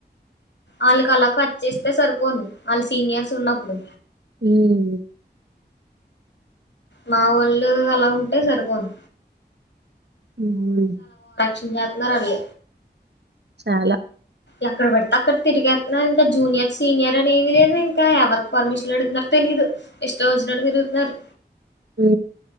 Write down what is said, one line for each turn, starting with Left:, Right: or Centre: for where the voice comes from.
Left: ఆళ్ళకి అలా కట్ చేస్తే సరిపోను వాళ్ళ సీనియర్స్ ఉన్నప్పుడు
Right: మ్
Left: మా వోళ్ళు అలా ఉంటే సరిపోను.
Right: మ్మ్ హు
Left: చించేత్తున్నారాళ్ళు
Right: చాలా
Left: ఎక్కడ బడితే అక్కడ తిరిగేతున్నారు ఇంకా జూనియర్ సీనియర్ అనేమి లేదు ఇంకా ఎవరికి పర్మిషన్ అడుగుతున్నారో తెలి దు. ఇష్ట మొచ్చినట్టు తిరుగుతున్నారు.
Right: ఉ